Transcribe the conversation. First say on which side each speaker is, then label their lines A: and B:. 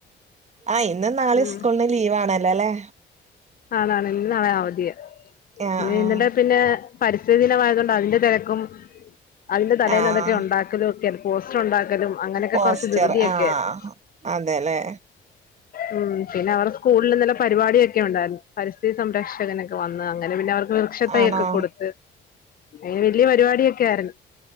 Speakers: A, on the right; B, on the left.
A: ആഹ് ഇന്നും ന്നാളിം
B: ഉം
A: സ്കൂൾന് ലീവ് ആണല്ലോല്ലേ
B: ആണാണ് ഇന്നും നാളേം അവധിയാ
A: ആഹ്
B: ന്ന്
A: ആഹ്
B: <unintelligible> ടെ പിന്നെ പരിസ്ഥിതി ദിനമായത്കൊണ്ട് അതിന്റെ തെരക്കും അതിന്റെ തലേന്ന്
A: ആഹ്
B: അതൊക്കെ യൊണ്ടാക്കലു ഒക്കെ പോസ്റ്റർ ഉണ്ടാക്കലും അങ്ങനെയൊക്കെ
A: പോസ്റ്റർ
B: കൊറച്ച് ധൃതിയൊക്കെ
A: ആഹ്
B: ആയിരുന്നു.
A: അതെല്ലേ
B: ഉം പിന്നെ അവറെ സ്കൂളില് ഇന്നലെ പരിപാടിയൊക്കെ ഉണ്ടാര്ന്നു പരിസ്ഥിതി സംരക്ഷകനൊക്കെ വന്ന് അങ്ങനെ പിന്നെ അവർ ക്ക്‌ വൃക്ഷതയ്യൊക്കെ
A: ആണോ
B: കൊട്ത്ത് അങ്ങനെ വെല്ല്യെ പരിപാടിയൊക്കെ ആയിര്ന്ന്